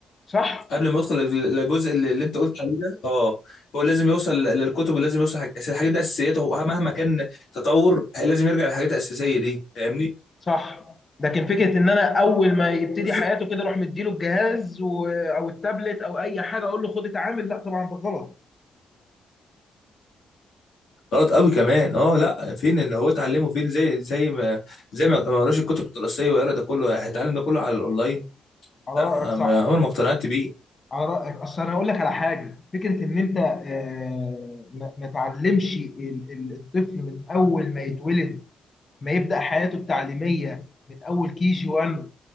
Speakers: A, on the left; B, on the left.
A: صح
B: قبل ما يدخل لل- للجزء اللي اللي انت قلت عليه ده اه هو لازم يوصل للكتب ولازم يوصل حاجة. أصل الحاجات دي اساسيات هو مهما كان تطور لازم يرجع للحاجات الاساسيه دي فاهمني
A: صح لكن فكرة ان انا اول ما يبتدي
B: بالظبط.
A: حياته كده اروح مديله الجهاز و- او التابلت او اي حاجة اقول له خد اتعامل لا طبعا ده غلط
B: غلط قوي كمان اه لا فين اللي هو اتعلمه فين زي زي ما زي ما ما قراش الكتب الدراسيه ويقرا ده كله يعني هيتعلم ده كله على الاونلاين
A: على
B: لا
A: رأيك صح
B: ما- عمر ما اقتنعت بيه
A: على رأيك أصل أنا هقول لك على حاجة فكرة إن أنت آه، ما ما تعلمش ال- ال- الطفل من أول ما يتولد ما يبدأ حياته التعليمية من أول كي جي 1